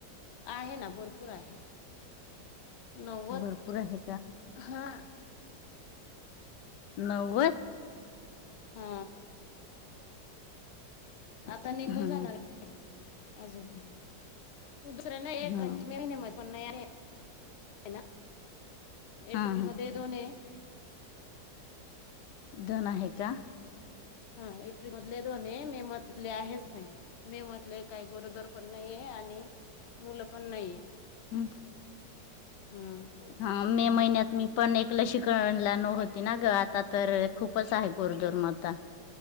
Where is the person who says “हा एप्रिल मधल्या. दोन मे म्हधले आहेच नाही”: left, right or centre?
Left